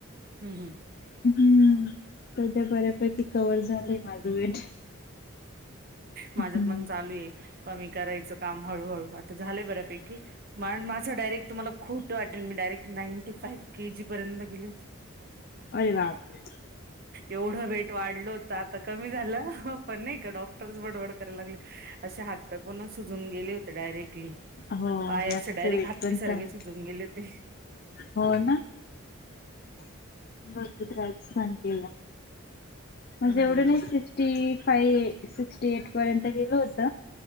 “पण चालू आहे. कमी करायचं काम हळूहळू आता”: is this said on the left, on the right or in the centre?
Right